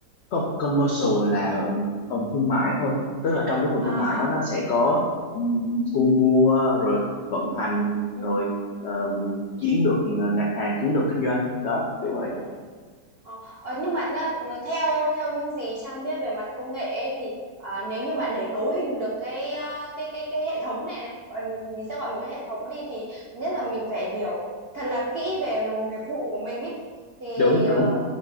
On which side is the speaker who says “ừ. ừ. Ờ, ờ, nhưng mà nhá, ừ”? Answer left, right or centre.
Right